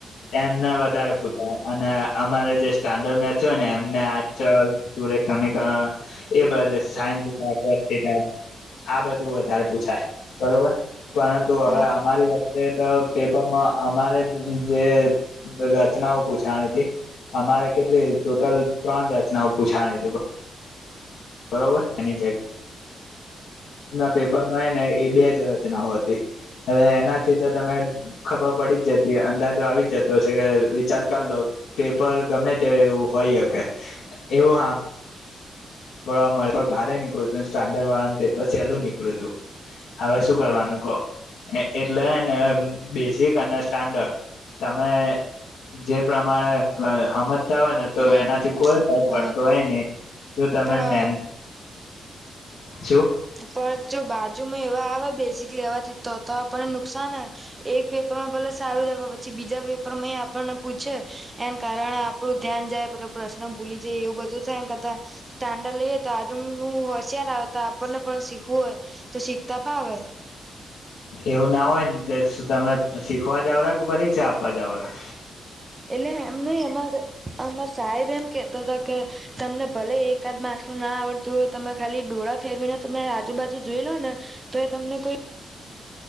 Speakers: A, on the left (about 75°); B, on the right (about 15°).
A: ત્યા ના વધારે પૂતા અને અમારે જે સ્ટાન્ડર્ડ મેચ ને એમને આ સુર શમિકા એ બ સાયન્ટા કોસ્ટટા આ બધું વધારે પૂછાય બરોબર પરંતુ હવે
B: હ હ
A: અમારી વત પેપરમાં અમારે જે રચનાઓ પૂછાવાની તી અમારે કેટલી ટોટલ ત્રણ રચનાઓ પૂછાની તી બરોબર અને <unintelligible> પેપર મળે ને એ બે જ રચનાઓ હતી હવે એનાથી તો તમે ખબર પડી જ જતી અંદાજો આવી જ જતો હશે કે વિચાર કર લો પેપર ગમે તે એવું હોય હકે એવું હા ભવા મળ ભારે નીકળ્યું હતું સ્ટાન્ડર્ડ વાળાનું પેપર ચેલું નીકળ્યું હતું હવે શું કરવાનું કહો એટલે હેને બેઝિક અને સ્ટાન્ડર્ડ તમે જે પ્રમાણે હમજ હોય ને તો
B: હમ
A: એનાથી કોઈ પગ પડતો
B: હ
A: હે ને તમે
B: પણ
A: મેન શું
B: પણ જો બાજુમાં એવા આવે બેઝિકલી લેવાથી તો તો આપણને નુકસાન એક પેપર માં ભલે સારું જ પછી બીજા પેપરમાં આપણને પૂછે એમ કારણે આપણું ધ્યાન જાય પે પ્રશ્ન ભૂલી જાય એવું બધું થાય એમ કરતા સ્ટાન્ડર્ડ લઈએ તો આજે હું હોશિયાર આવતા આપને પણ શી હોય તો શીખતા ફાવે
A: એવું ના હોય ને શું તમે શીખવા જાવરા કે પરીક્ષા આપવા જાવરા
B: એટલે એમ ન એમા જ સાહેબ એમ કેતો હતો કે તમને ભલે એકાદ માર્સું ના આવડતુંય તમે ખાલી ડોળા ફેરવીને તમે આજુબાજુ જોઈ લો ને તો એ તમને કોઈ